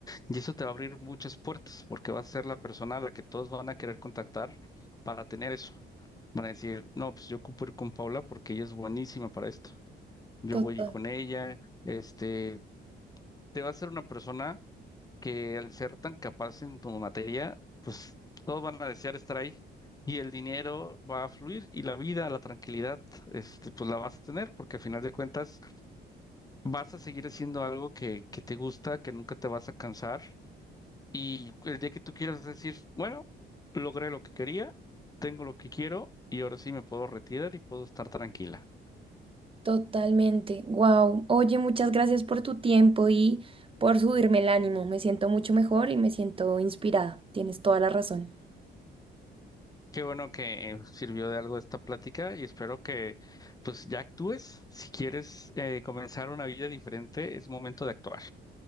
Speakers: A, on the left; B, on the right.
A: Y eso te va a abrir muchas puertas porque vas a ser la persona a la que todos van a querer contactar para tener eso. Van a decir, no, pues yo ocupo ir con Paula porque ella es buenísima para esto. Yo
B: Total-
A: voy con ella, este, te va a ser una persona que al ser tan capaz en tu materia, pues todos van a desear estar ahí. Y el dinero va a fluir y la vida, la tranquilidad, este, pues la vas a tener, porque al final de cuentas vas a seguir haciendo algo que, que te gusta, que nunca te vas a cansar. Y el día que tú quieras decir, bueno, logré lo que quería, tengo lo que quiero y ahora sí me puedo retirar y puedo estar tranquila.
B: totalmente. Wow. Oye, muchas gracias por tu tiempo y por subirme el ánimo. Me siento mucho mejor y me siento inspirada. Tienes toda la razón.
A: Qué bueno que sirvió de algo esta plática y espero que pues ya actúes. Si quieres eh, comenzar una vida diferente, es momento de actuar.